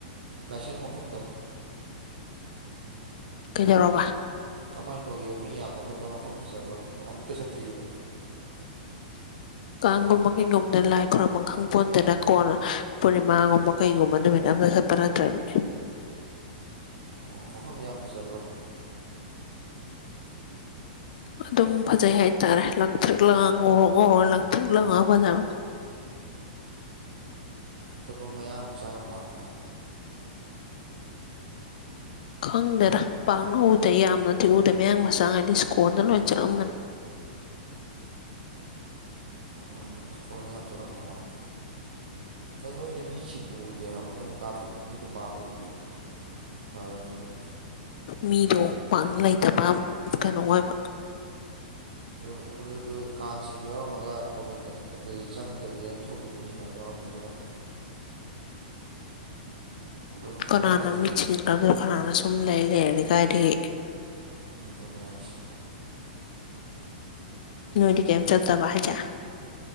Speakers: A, on the right (about 75°); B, on the left (about 65°).
A: ꯂꯥꯏꯁꯪ ꯃꯐꯝꯗꯣ
B: ꯀꯩꯗꯧꯔꯕ
A: ꯀꯃꯥꯏꯅ ꯇꯧꯒꯦꯕ ꯃꯤ ꯌꯥꯝꯕ ꯈꯣꯠꯄ ꯃꯐꯝ ꯐꯖꯕ꯭ꯔ ꯑꯃꯨꯛꯇ ꯆꯠꯇ꯭ꯔꯤꯕ
B: ꯀꯥꯡꯒꯨꯝꯕ ꯀꯩꯒꯨꯝꯗ ꯂꯥꯏ ꯈꯨꯔꯝꯕꯝ ꯈꯪꯄꯣꯟꯇꯦꯗ ꯀꯣꯟꯅ ꯄꯨꯔꯅꯤꯃꯥꯒꯨꯝꯕ ꯀꯩꯒꯨꯝꯕ ꯅꯨꯃꯤꯠ ꯑꯃꯗ ꯆꯠ ꯄ ꯅꯠꯇ꯭ꯔꯗꯤ
A: ꯑꯣ ꯃꯐꯝꯗꯤ ꯌꯥꯝ ꯐꯖꯕ꯭ꯔꯥꯕ
B: ꯑꯗꯨꯝ ꯐꯖꯩ ꯍꯥꯏꯇꯥꯔꯦ ꯂꯪꯊ꯭ꯔꯤꯛ ꯂꯪꯉ ꯉꯧꯔꯣꯛ ꯉꯧꯔ ꯂꯪꯊ꯭ꯔꯤꯛ ꯂꯪꯉ ꯐꯖꯃ
A: ꯑꯇꯣꯞꯄ ꯃꯌꯥꯡ ꯃꯆꯥ ꯌꯥꯝ ꯂꯥꯛꯄ꯭ꯔꯣ
B: ꯈꯪꯗꯦꯗ ꯄꯥꯛꯅ ꯎꯗꯦ ꯌꯥꯝꯅꯗꯤ ꯎꯗꯦ ꯃꯌꯥꯡ ꯃꯆꯥ ꯉꯩꯗꯤ ꯏꯁ꯭ꯀꯣꯟꯗ ꯂꯣꯏ ꯆꯠꯂꯝꯃꯅꯤ
A: ꯃꯣꯏꯅ ꯏꯁꯀꯣꯟꯗ ꯌꯥꯝ ꯆꯠꯂꯝꯗꯧ ꯃꯥꯜꯂꯤ ꯑꯗꯣ ꯅꯣꯏꯅ ꯃꯤ ꯆꯤꯟꯅ ꯎꯗꯦ ꯍꯥꯏꯕ ꯅꯣꯏꯅ ꯀꯥꯞꯄꯤꯗꯣ ꯃꯤꯗꯣ ꯄꯥꯛ ꯎꯗꯦꯕ ꯐꯔꯝꯃꯦꯗꯨꯅ꯫
B: ꯃꯤꯗꯣ ꯄꯥꯛꯅ ꯂꯩꯇꯕ ꯀꯩꯅꯣ ꯑꯣꯏꯕ,
A: ꯑꯗꯨ ꯑꯗꯨꯗꯨꯣ ꯀꯥꯡ ꯆꯤꯡꯕ ꯌꯥꯎꯔꯝꯃꯒ ꯀꯣꯚꯤꯟꯗꯗꯤ ꯆꯪꯗꯕꯤꯗ ꯑꯗꯨꯝ ꯊꯣꯛꯈꯤꯕ ꯃꯤꯁꯨ ꯃꯌꯝ ꯌꯥꯎꯔꯝꯃꯦ ꯑꯗꯨꯅꯅꯦ꯫ ꯀꯣꯅꯨꯡ
B: ꯀꯅꯥꯅ
A: ꯆꯪꯉꯝꯗꯕꯤꯗ
B: ꯃꯤ ꯆꯤꯟꯈ꯭ꯔꯒ ꯀꯅꯥꯅ ꯁꯨꯝ ꯅꯩ ꯂꯩꯔꯗꯤ ꯀꯥꯏꯗꯒꯤ꯫
A: ꯑꯗꯨꯅꯦ ꯍꯥꯏꯁꯦ꯫
B: ꯅꯣꯏꯗꯤ ꯀꯩꯝ ꯆꯠꯇꯕ ꯍꯥꯏꯖ?